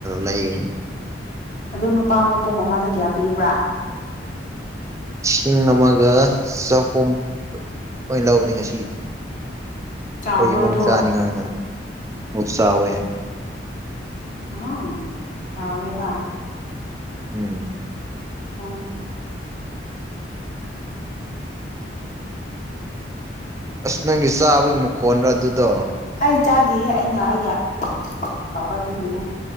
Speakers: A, on the right (about 15°); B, on the left (about 45°).
A: ꯂꯩ
B: ꯑꯗꯨ ꯅꯨꯄꯥ ꯃꯄꯣꯝ ꯑꯃꯗ ꯀꯌꯥ ꯄꯤꯕ꯭ꯔꯥ
A: ꯂꯤꯁꯤꯡ ꯑꯃꯒ ꯆꯍꯨꯝ ꯑꯩꯈꯣꯏꯅ ꯂꯧꯕꯗꯤ ꯉꯁꯤ
B: ꯆꯥꯎꯕ꯭ꯔꯣ
A: ꯑꯩꯈꯣꯏ ꯏꯃꯨꯡ
B: ꯑꯗꯨ
A: ꯆꯥꯅꯤꯡꯉꯥꯏꯅ ꯑꯗꯨꯝ ꯆꯥꯎꯋꯦ
B: ꯑ ꯆꯥꯎꯋꯦꯕ
A: ꯎꯝ
B: ꯑ
A: ꯑꯁ ꯅꯪꯒꯤ ꯆꯥꯕꯒꯤ ꯃꯈꯣꯟꯔꯥ ꯑꯗꯨꯗꯣ
B: ꯍꯩ ꯆꯥꯗꯤꯍꯦꯛ ꯑꯩꯅ ꯑꯩꯒꯤ ꯇꯧꯕ ꯑꯗꯨꯒꯤꯅꯦ